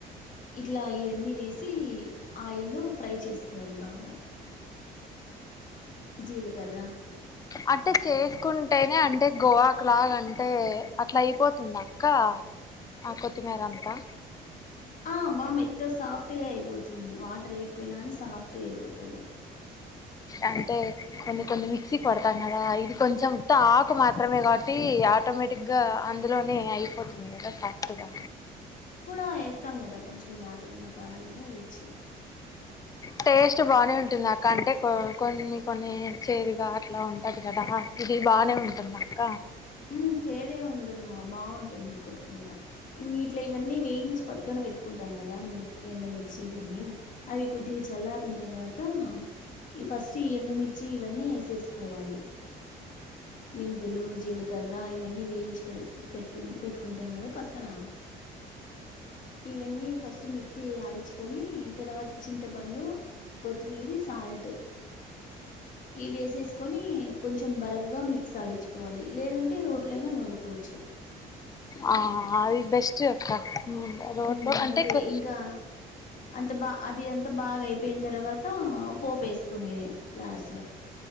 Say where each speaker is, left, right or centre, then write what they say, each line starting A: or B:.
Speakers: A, on the left; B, on the left.
A: ఇట్లా ఇవన్నీ వేసి ఆయిల్లో ఫ్రై చేస్కోవాలి బాగా జీల్కర్ర
B: అట్టే చేస్కుంటేనే అంటే గోవాక్లాగా అంటే అట్లైపోతుందక్క. ఆ కొత్తిమేరంతా
A: ఆ బా మెత్త సాఫ్ట్గ అయిపోతుంది వాటర్ ఏయ్క్పోయిన అన్ సాఫ్ట్గ అయిపోతది.
B: అంటే కొన్ని కొన్ని మిక్సీ పడతాన్నగా ఇది కొంచం ఉత్త ఆకు మాత్రమే కాబట్టీ ఆటోమేటిక్గా అందులోనే అయిపోతుంది కదా సాఫ్ట్గా
A: ఆ ఏస్తాం గదా కొంచం లేతగున్న కాడాలు గుడా ఏయచ్చు.
B: టేస్ట్ బానే ఉంటుంద అక్క అంటే కో కొన్ని కొన్ని చేదుగా అట్లా ఉంటది గదా ఇది బానే ఉంటుందక్క
A: మ్ చేదే ఉండదుమ బాగుంటుంది కొత్తిమీర ఇంగిట్లా ఇవన్నీ వేయించి పక్కన పెట్టుకుంటాం గదా మిర్చ్ ఎండుమిర్చి ఇవన్నీ అవి కొద్దిగ చల్లారిన్ తర్వాత ఇ ఫస్ట్ ఈ ఎండుమిర్చి ఇవన్ని ఏసేస్కోవాలి. మెంతులు, జీలకర్ర ఇవన్నీ వేయించి పె పెట్టును పెట్టుకుంటాం గదా పక్కన ఇవన్నీ ఫస్ట్ మిక్సీ ఆడిచ్చుకొని తర్వాత చింతపండు కొత్తిమీరీ సాల్ట్ ఈ వేసేస్కొని కొంచం బరగగా మి క్స్ ఆడిచ్కోవాలి లేదంటే రోట్లై నూరుకోవచ్చు.
B: ఆ అది బెస్ట్ అక్క రోట్లో
A: మ్మ్
B: కంటే
A: అంతే
B: కొ
A: ఇంకా అంత బ అది అంత బాగైపోయిన తర్వాత పోపేస్కునేది లాస్ట్లో